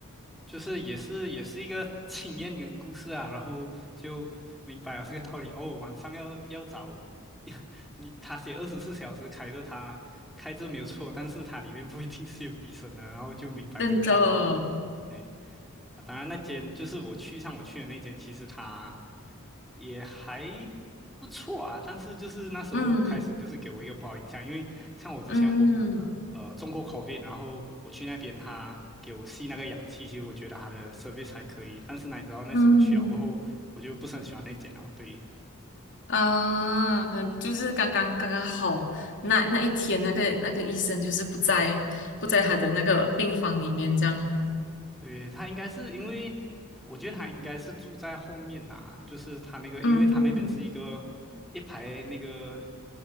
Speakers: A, in the centre; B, on the left (about 55°).
A: 就是也是也是一个 <laughs> 经验跟故事啊，然后就明白了这个道理。哦，晚上要要找 <laughs> 你，他写二十四小时开着他开着没有错，但是它里面不一定是有医生的，然后就明白这个道理。
B: 真的。
A: 对啊，当然那间就是我去上我去的那间，其实他。也还不错啊，但是就是那时候开始就是给我一个不好印象，
B: 嗯
A: 因为像我之前我呃中过
B: 嗯
A: COVID，然后我去那边他给我吸那个氧气，其实我觉得他的 service 还可以，但是呢，你知道那时候去了过后，
B: 嗯。嗯
A: 我就不是很喜欢那间了，对。
B: 啊，可能就是刚刚刚刚好，那那一天那个那个医生就是不在不在他的那个病房里面这样，
A: 对，他应该是因为，我觉得他应该是住在后面呐，就是他那个，
B: 嗯，
A: 因为他那边是一个一排那个